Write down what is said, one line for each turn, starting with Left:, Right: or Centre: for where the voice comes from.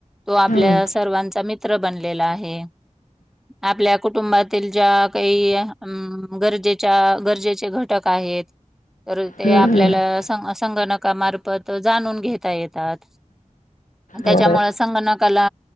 Centre: तो आपल्या
Left: हम्म
Centre: सर्वांचा मित्र बनलेला आहे आपल्या कुटुंबातील ज्या काही ह गरजेच्या गरजेचे घटक आहेत तर ते
Left: हम्म
Centre: आपल्याला
Left: हम्म
Centre: <unintelligible> संगणकामार्फत जाणून घेता येतात त्याच्यामुळे
Left: बरं
Centre: संगणकाला